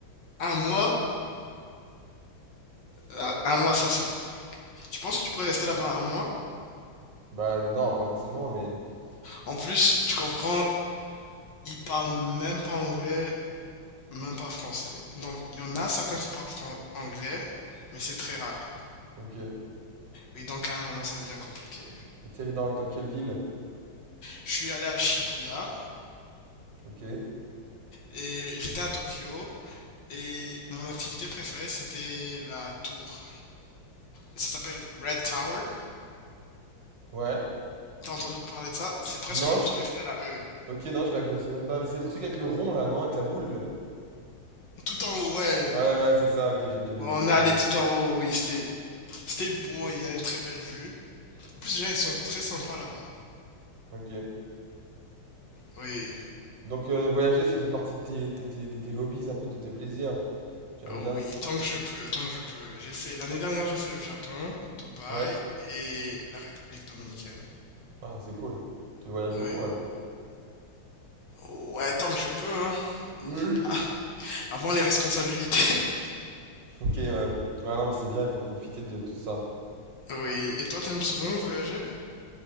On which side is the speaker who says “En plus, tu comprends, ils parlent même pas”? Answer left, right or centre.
Left